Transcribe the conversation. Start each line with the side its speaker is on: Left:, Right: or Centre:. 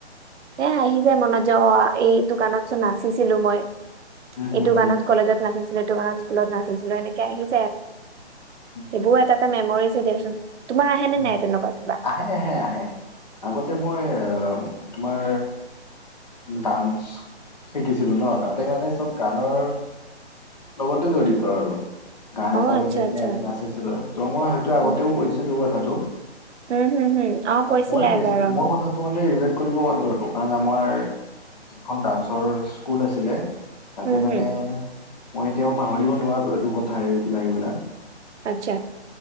Right: এ আহি যায় মনত যাওঁ এই দোকানতচোন নাচিছিলো মই
Left: হুম,
Right: এইটো গানত কলেজত নাচিছিলো এইটো গানত স্কুলত নাচছিলো এনেকে আহিলো যায় আৰু
Left: হুম,
Right: সেইবোৰ এটা এটা মেমৰিছে দিয়াচোন। তোমাৰ আহে নে
Left: উম
Right: নাই
Left: উম
Right: তেনেকুৱা কিবা
Left: আহে আহে আহে আগতে মই আহ তোমাৰ ডান্স শিকিছিলো ন তাতে মানে চব গানৰ লগতে জড়িত আৰু গান
Right: অ
Left: এটা
Right: আচ্ছা
Left: বজাই কিনে
Right: আচ্ছা
Left: আমি নাচিছিলো ত মই হয়তো আগতেও
Right: উম
Left: কৈছিলো কথাটো
Right: হম হম হম অ কৈছিলা
Left: মইবেছো
Right: এবাৰ অ
Left: ম ই কথাটো মানে ৰি কৰিব পাৰো আৰু কাৰণ আমাৰ যিখন ডান্সৰ স্কুল আছিলে তাতে
Right: হম
Left: মানে
Right: হম
Left: মই এতিয়াও পাহৰিব নোৱাৰো এইটো কথা এইবিলাক এইবিলাক
Right: আচ্ছা